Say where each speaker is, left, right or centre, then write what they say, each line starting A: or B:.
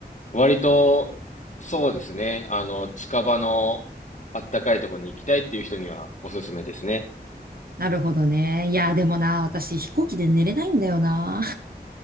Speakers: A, on the left; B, on the right.
A: 割とそうですね、あの、近場のあったかいところに行きたいっていう人にはおすすめですね。
B: なるほどね。いや、でもな、私飛行機で寝れないんだよな。